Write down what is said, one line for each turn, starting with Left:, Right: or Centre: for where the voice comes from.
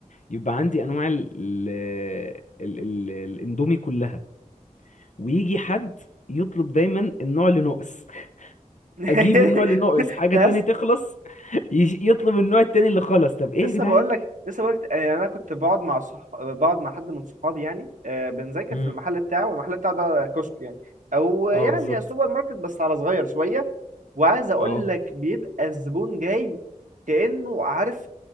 Left: يبقى عندي انواع ال ال ال الاندومي كلها ويجي حد يطلب دايما النوع اللي ناقص <laughs>
Right: <laughs>
Left: اجيب النوع اللي ناقص حاجه
Right: تحس
Left: تانية تخلص يش- يطلب النوع التاني اللي خلص طب ايه
Right: لسه
Left: يا جدعان
Right: بقول لك لسه بقول لك آه، يعني انا كنت بقعد مع صح... بقعد مع حد من صحابي يعني آه، بنذاكر
Left: امم
Right: في المحل بتاعه والمحل بتاعه ده كشك يعني او يعني
Left: اه بالظبط
Right: سوبر ماركت بس على صغير شويه وعايز اقول
Left: اه
Right: لك بيبقى الزبون جاي كانه عارف